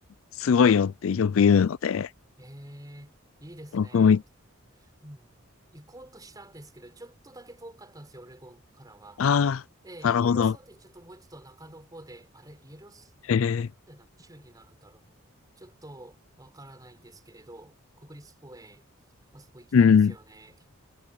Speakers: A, on the left (about 65°); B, on the right (about 20°).
A: すごいよってよく言うので、
B: ええ、いいですね。
A: 僕もい、
B: わた、うん。行こうとしたんですけど、ちょっとだけ遠かったんですよ、オレゴンからは。
A: ああなるほど。
B: で、イエローストーンってちょっともうちょっと中の方で、あれ、イエロース
A: ええ、
B: トーンって何州になるんだろう。ちょっとわからないんですけれど、国立公園、あそこ行きたいですよね。
A: うん、